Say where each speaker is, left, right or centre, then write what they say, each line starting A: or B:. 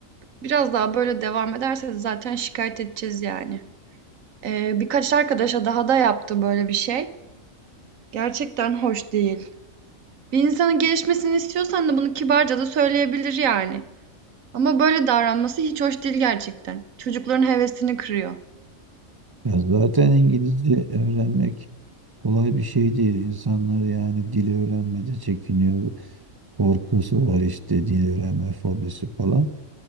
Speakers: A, on the right (about 75°); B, on the right (about 20°).
A: Biraz daha böyle devam ederse zaten şikayet edeceğiz yani. Eee, birkaç arkadaşa daha da yaptı böyle bir şey. Gerçekten hoş değil. Bir insanın gelişmesini istiyorsan da bunu kibarca da söyleyebilir yani. Ama böyle davranması hiç hoş değil gerçekten. Çocukların hevesini kırıyor.
B: Ya zaten İngilizce öğrenmek kolay bir şey değil. İnsanlar yani dili öğrenmede çekiniyor. korkusu var işte dil öğrenme fobisi falan.